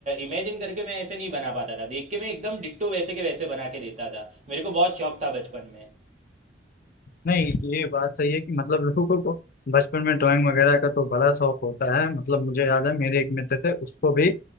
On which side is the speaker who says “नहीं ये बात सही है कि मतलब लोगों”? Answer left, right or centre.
Left